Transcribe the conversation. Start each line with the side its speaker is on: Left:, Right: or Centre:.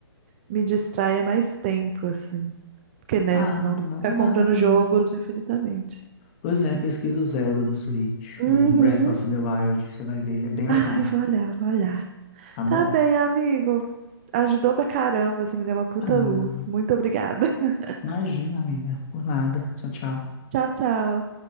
Right: me distraia mais tempo, assim. Porque, né,
Left: Ah,
Right: senão eu
Left: dá
Right: vou ficar
Left: uma olhada
Right: comprando
Left: mesmo.
Right: jogos infinitamente.
Left: Pois é, pesquisa o Zelda do Switch,
Right: Uhum.
Left: o Breath of the Wild, você vai ver, ele é bem
Right: Ai,
Left: legal,
Right: vou olhar, vou olhar.
Left: tá bom?
Right: Tá bem, amigo. Ajudou pra caramba, você me deu uma puta
Left: Ah,
Right: luz. Muito obrigada. <laughs>
Left: imagina, amiga, por nada. Tchau, tchau.
Right: Tchau, tchau.